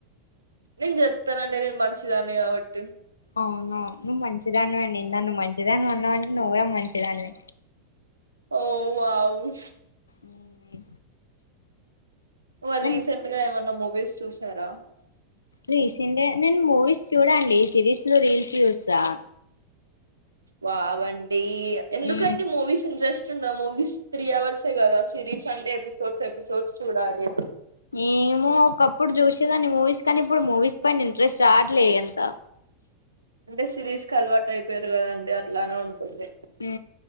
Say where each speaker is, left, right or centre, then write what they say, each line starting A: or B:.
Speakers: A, on the right; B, on the left.
A: నేను చెప్తానండి నేను మంచిదాన్ని కాబట్టి
B: అవునా నువ్వు మంచిదానివ్వండి ఇ నువ్ మంచిదాని అన్నా అంటే నువ్వు కూడా మంచిదానివ
A: ఓ వావ్
B: ఉమ్
A: వ
B: నేను
A: రీసెంట్ గా ఏమన్నా మొగ్ విస్ చూసారా?
B: రీసెంట్గా, నేను మూవీస్ చూడ అండి, సిరీస్ లో రీల్స్ చూస్తా.
A: వావ్ అండి. ఎందుకండి
B: మ్మ్
A: మూవీస్ ఇంట్రెస్ట్ దా మూవీస్ త్రీ అవర్సే కదా సిరీస్ సండే ఎపిసోడ్స్ ఎపిసోడ్స్ చూడాలి
B: ఏమో ఒకప్పుడు చూసేదాన్ని మూవీస్ కానీ ఇప్పుడు మూవీస్ పైన ఇంట్రెస్ట్ రావట్లేదు ఎంత
A: అంటే సిరీస్ క అలవాటు అయిపోయారు కదండి అట్లానే ఉంటుంది
B: ఉ